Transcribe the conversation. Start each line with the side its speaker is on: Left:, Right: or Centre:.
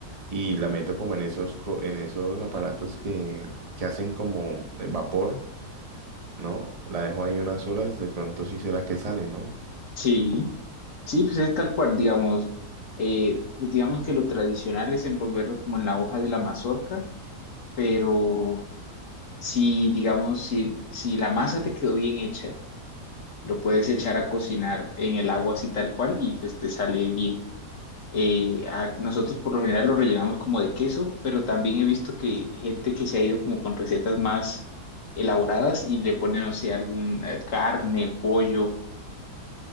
Right: y la meto como en esos, co- en esos aparatos que, que hacen como vapor, ¿no? La dejo ahí unas horas, de pronto sí será que sale, ¿no?
Left: Sí, sí, pues es tal cual, digamos, eh, pues digamos que lo tradicional es envolverlo como en la hoja de la mazorca, pero si, digamos, si, si la masa te quedó bien hecha, lo puedes echar a cocinar en el agua así tal cual y pues te sale bien. Eh, a- nosotros por lo general lo rellenamos como de queso, pero también he visto que gente que se ha ido como con recetas más elaboradas y le ponen, no sé, algún eh, carne, pollo.